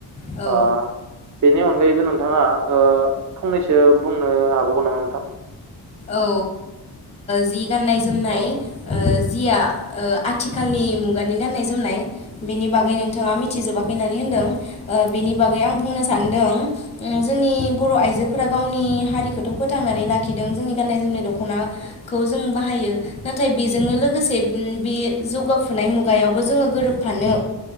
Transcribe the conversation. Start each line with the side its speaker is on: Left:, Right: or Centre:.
Left: औ
Right: ओ बेनि अनगायैबो नोंथाङा ओ फंनैसो बुंनो हाबावगोन नामा नोंथां?
Left: औ जि गाननाय जोमनाय
Right: औ
Left: ओ जिया ओ आथिखालनि मुगानि गाननाय जोमनाय बेनि बागै नोंथाङा मिथिजोबाखै फैनानै होनदों बेनि बागै आं बुंनो सानदों जोंनि बर' आइजोफोरा गावनि हारिखौथ' फोथांनानै लाखिदों जोंनि गाननाय जोमनाय दखनाखौ जों बाहायो नाथाय बेजोंनो लोगोसे बे जौगाफु नाय मुगायावबो जोङो गोरोबफानो